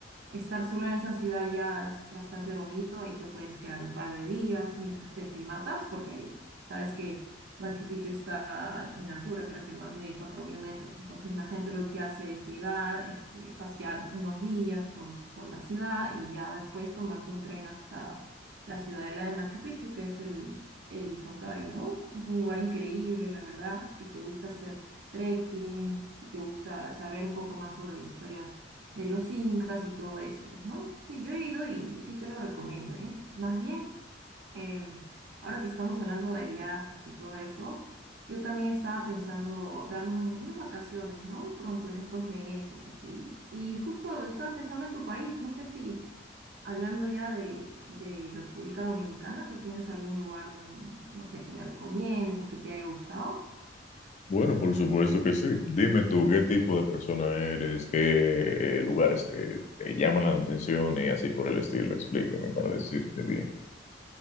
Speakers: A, on the right (about 60°); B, on the left (about 40°).
A: Estar sola en esa ciudad ya es bastante bonito, ahí te puedes quedar un par de días mientras te primatas, porque sabes que Machu Picchu está en altura, creo que más de cuatro mil metros, entonces la gente lo que hace es llegar, este, pasear unos días por, por la ciudad y ya después tomarse un tren hasta la ciudadela de Machu Picchu, que es el, el santuario, ¿no? Es un lugar increíble, la verdad, si te gusta hacer trekking, si te gusta saber un poco más sobre la historia de los incas y todo eso, pues, ¿no? Sí, yo he ido y sí te lo recomiendo, ¿eh? Más bien, em, ahora que estamos hablando de viajes y todo eso, yo también estaba pensando darme un- unas vacaciones, ¿no? Pronto en estos meses, así. Y justo estaba pensando en tu país, no sé si hablando ya de, de República Dominicana, ¿tú tienes algún lugar donde, no sé, que me recomiendes o que te haya gustado?
B: Bueno, por supuesto que sí. Dime tú qué tipo de persona eres, qué eh, lugares te, te llaman la atención y así por el estilo. Explícame para decirte bien.